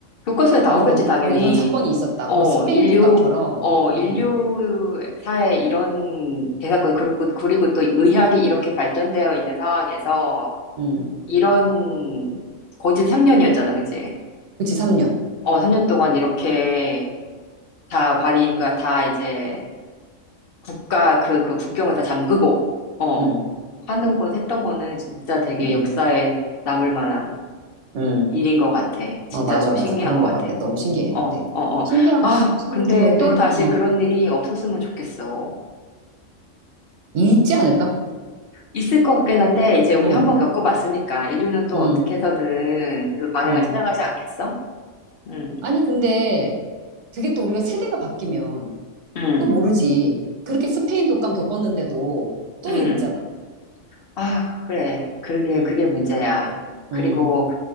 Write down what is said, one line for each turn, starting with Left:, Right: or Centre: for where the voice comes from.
Left: 교과서에 나오겠지,
Right: 이런,
Left: 당연히.
Right: 어, 이런 사건이 있었다.
Left: 어,
Right: 거의 스페인
Left: 인류,
Right: 독감처럼.
Left: 어, 인류사에
Right: 음,
Left: 이런 대사건, 그리고, 그리고 또 의학이 이렇게 발전되어 있는 상황에서,
Right: 음.
Left: 이런, 거진 3년이었잖아, 그치?
Right: 그치, 3년.
Left: 어, 3년 동안 이렇게, 다 발이가 다 이제 국가 그, 그 국경을 다 잠그고, 어,
Right: 응,
Left: 하는 건, 했던 거는 진짜 되게
Right: 응,
Left: 역사에 남을 만한
Right: 응.
Left: 일인 것 같아. 진짜
Right: 어, 맞아,
Left: 너무
Right: 맞아.
Left: 신기한
Right: 그런
Left: 것
Right: 것
Left: 같아.
Right: 같아. 너무 신기해,
Left: 어,
Right: 그때.
Left: 어, 어.
Right: 신기한,
Left: 아,
Right: 아, 신기하도
Left: 근데
Right: 그런데,
Left: 또 다시
Right: 어,
Left: 그런 일이 없었으면 좋겠어.
Right: 있지 않을까?
Left: 있을 것 같긴 한데, 이제 우리
Right: 어,
Left: 한번 겪어봤으니까, 인류는 또
Right: 응,
Left: 어떻게 해서든 그 방향을
Right: 응.
Left: 찾아가지 않겠어? 응,
Right: 아니, 근데, 그게 또 우리가 세대가 바뀌면
Left: 응,
Right: 또 모르지. 그렇게 스페인 독감 겪었는데도 또
Left: 응.
Right: 이랬잖아.
Left: 아, 그래. 그러게,
Right: 응,
Left: 그게 문제야. 그리고,
Right: 응,